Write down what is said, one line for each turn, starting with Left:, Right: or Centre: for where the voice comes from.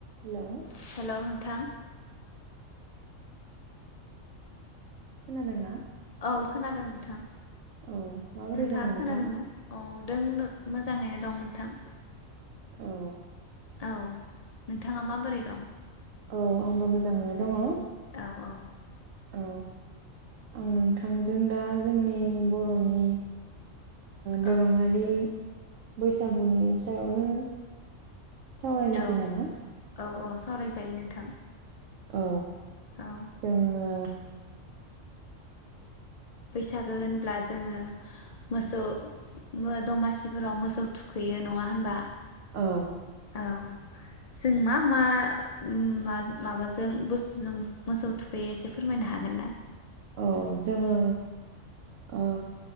Right: Hello
Left: hello नोंथां।
Right: खोनादोंना?
Left: औ खोनादों नोंथां
Right: औ माबोरै
Left: नोंथाङा
Right: दं नोंथां
Left: खोनादोंना औ नों मोजाङैनो दं नोंथां।
Right: औ
Left: औ नोंथाङा माबोरै दं
Right: औ आंबो मोजाङैनो दङ
Left: औ औ
Right: औ आं नोंथांजों दा जोंनि बर'नि दोरोङारि
Left: औ
Right: बैसागुनि सायावनो सावरायनोसै
Left: औ
Right: नामा
Left: औ औ सावरायजायो नोंथां
Right: औ
Left: औ
Right: जोङो
Left: बैसागो होनब्ला जोङो मोसौ दमासिफोराव मोसौ थुखैयो नङा होनबा
Right: औ
Left: औ जों मा मा मा माबाजों बुस्थुजों मोसौ थुखैयो एसे फोरमायनो हागोन ना
Right: औ जोङो ओ